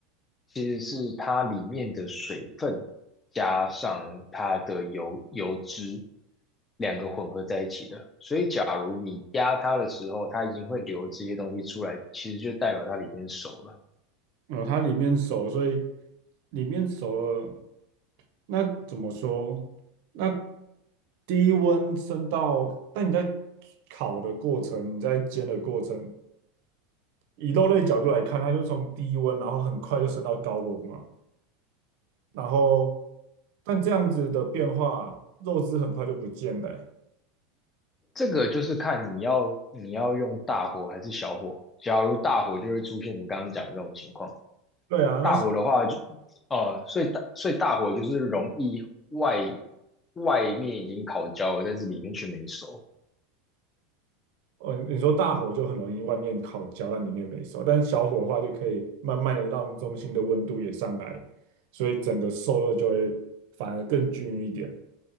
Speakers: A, on the left (about 20°); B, on the right (about 65°).
A: 其实是它里面的水分加上它的油油脂两个混合在一起的，所以假如你压它的时候，它已经会流这些东西出来，其实就代表它里面熟了。
B: 哦，它里面熟，所以里面熟了，那怎么说？那低温升到，但你在烤的过程，你在煎的过程，以肉类角度来看，它就从低温，然后很快就升到高温嘛。然后，但这样子的变化，肉汁很快就不见了欸
A: 这个就是看你要你要用大火还是小火。假如大火就会出现你刚刚讲的这种情况，
B: 对啊，
A: 大火的话就，
B: 那
A: 哦，所以大所以大火就是容易外外面已经烤焦了，但是里面却没熟。
B: 嗯，你说大火就很容易外面烤焦，但里面没熟；但小火的话，就可以慢慢的让中心的温度也上来，所以整个受热就会反而更均匀一点。